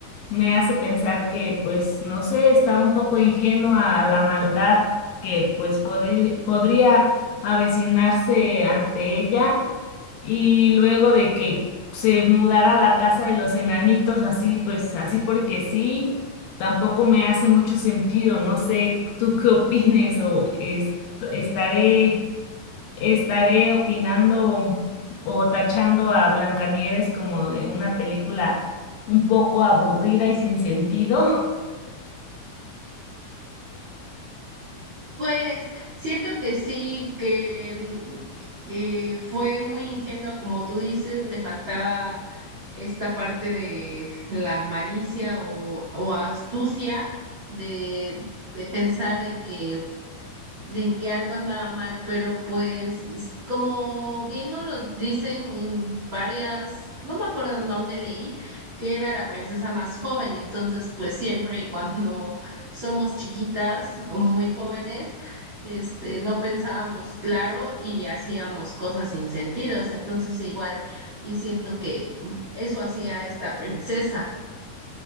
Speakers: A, on the left; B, on the right.
A: me hace pensar que, pues, no sé, estaba un poco ingenua a la maldad que, pues, podri- podría avecinarse ante ella y luego de que se mudara a la casa de los enanitos, así pues, así porque sí, tampoco me hace mucho sentido. No sé, tú qué opines o est- estaré, estaré opinando o tachando a Blancanieves como de una película un poco aburrida y sin sentido.
B: Pues siento que sí, que, mm, que fue muy ingenua, como tú dices, le faltaba esta parte de la malicia o, o astucia de, de pensar en que de en que algo andaba mal, pero pues es- como bien nos lo dicen en varias, no me acuerdo en dónde leí, que era la princesa más joven, entonces pues siempre cuando <laughs> somos chiquitas o muy jóvenes, este, no pensábamos claro y hacíamos cosas sin sentidos, entonces igual y siento que eso hacía esta princesa.